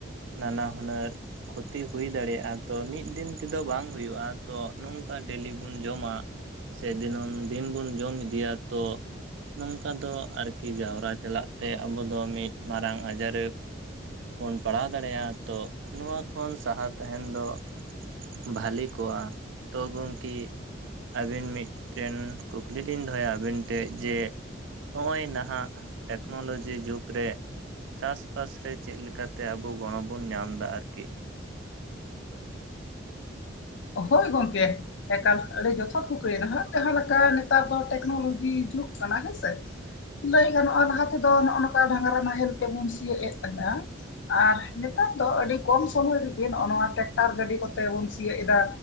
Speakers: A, on the right; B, on the left.
A: ᱱᱟᱱᱟ ᱦᱩᱱᱟᱹᱨ ᱠᱷᱚᱛᱤ ᱦᱩᱭ ᱫᱟᱲᱮᱭᱟᱜ-ᱟ ᱛᱚ ᱢᱤᱫ ᱫᱤᱱ ᱛᱮᱫᱚ ᱵᱟᱝ ᱦᱩᱭᱩᱜ-ᱟ ᱛᱚ ᱱᱚᱝᱠᱟ ᱰᱮᱞᱤ ᱵᱚᱱ ᱡᱚᱢᱟ ᱥᱮ ᱫᱤᱱᱟᱹᱢ ᱫᱤᱱ ᱵᱚᱱ ᱡᱚᱢ ᱤᱫᱤᱭᱟ ᱛᱚ ᱱᱚᱝᱠᱟ ᱫᱚ ᱟᱨᱠᱤ ᱡᱟᱣᱨᱟ ᱪᱟᱞᱟᱜ ᱛᱮ ᱟᱵᱚ ᱫᱚ ᱢᱤᱫ ᱢᱟᱨᱟᱝ ᱟᱡᱟᱨᱮ ᱵᱚᱱ ᱯᱟᱲᱟᱣ ᱫᱟᱲᱮᱭᱟᱜ-ᱟ ᱛᱚ ᱱᱚᱣᱟ ᱠᱷᱚᱱ ᱥᱟᱦᱟ ᱛᱟᱦᱮᱱ ᱫᱚ ᱵᱷᱟᱞᱤ ᱠᱚᱜ-ᱟ ᱛᱚ ᱜᱚᱝᱠᱮ ᱟᱹᱵᱤᱱ ᱢᱤᱜᱴᱮᱱ ᱠᱩᱠᱞᱤ ᱞᱤᱧ ᱫᱚᱦᱚᱭᱟ ᱟᱵᱤᱱ ᱴᱷᱮᱡ ᱡᱮ ᱦᱸᱚᱜ-ᱚᱭ ᱱᱟᱦᱟᱜ ᱴᱮᱠᱱᱳᱞᱚᱡᱤ ᱡᱩᱜᱽ ᱨᱮ ᱪᱟᱥ ᱵᱟᱥ ᱨᱮ ᱪᱮᱫ ᱞᱮᱠᱟᱛᱮ ᱟᱵᱚ ᱜᱚᱲᱚ ᱵᱚᱱ ᱧᱟᱢ ᱫᱟ ᱟᱨᱠᱤ
B: ᱦᱳᱭ ᱜᱚᱝᱠᱮ ᱮᱠᱟᱞ ᱟᱹᱰᱤ ᱡᱚᱛᱷᱟᱛ ᱠᱚᱠᱤᱭ ᱱᱟ ᱦᱟᱜ ᱡᱟᱦᱟᱸ ᱞᱮᱠᱟ ᱱᱮᱛᱟᱨ ᱫᱚ ᱴᱮᱠᱱᱳᱞᱚᱡᱤ ᱡᱩᱜᱽ ᱠᱟᱱᱟ ᱦᱮᱸᱥᱮ ᱞᱟᱹᱭ ᱜᱟᱱᱚᱜ-ᱟ ᱞᱟᱦᱟ ᱛᱮᱫᱚ ᱱᱚᱜ-ᱚ ᱱᱚᱠᱟ ᱰᱟᱝᱨᱟ ᱱᱟᱦᱮᱞ ᱛᱮᱵᱚᱱ ᱥᱤᱭᱳᱜ ᱮᱜ ᱛᱟᱦᱮᱸ-ᱟ ᱟᱨ ᱱᱮᱛᱟᱨ ᱫᱚ ᱟᱹᱰᱤ ᱠᱚᱢ ᱥᱚᱢᱚᱭ ᱨᱤᱜᱤ ᱱᱚᱜ-ᱚ ᱱᱚᱣᱟ ᱴᱮᱠᱴᱟᱨ ᱜᱟᱹᱰᱤ ᱠᱚᱛᱮ ᱵᱚᱱ ᱥᱤᱭᱳᱜ ᱮᱫᱟ